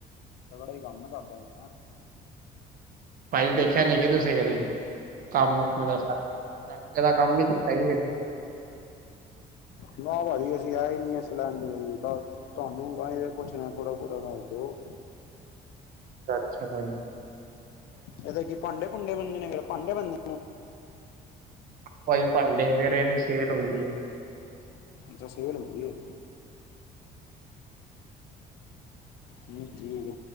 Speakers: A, on the left; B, on the right.
A: ਬੜੀ ਗਮੇ ਕਰੱਦਾ। <inaudible>
B: ਭਾਜੀ ਦੇਖਿਆ ਨੀ ਕੀ ਤੁਸੀਂ ਕਦੇ ਕੰਮ ਮਤਲਬ ਫੈਕਟਰੀ ਦਾ ਕੰਮ ਨੀ ਕੀਤਾ ਕਦੀ।
A: ਨਾ ਭਾਜੀ ਅਸੀਂ ਆਏ ਹੀ ਨੀ ਇਸ ਲੈਣ ਚ। ਤੁਹਾਨੂੰ ਬਈ ਪੁੱਛਣਾ ਥੋੜਾ ਬਹੁਤਾ ਦੱਸ ਦਿਓ?
B: ਅੱਛਾ ਭਾਾਈ।
A: ਇਹਦਾ ਕੀ ਭਾਂਡੇ ਭੁੰਡੇ ਮਾਂਜਣੇ ਹੁਣ ਭਾਂਡੇ ਮਾਂਜਣੇ?
B: ਭਾਜੀ ਭਾਂਡੇ ਫੇਰ ਇਹਦੀ ਸੇਲ ਹੁੰਦੀ ਹੈ।
A: ਦਸ ਗਲ ਹੁੰਦੀਏ। ਠੀਕ, ਠੀਕ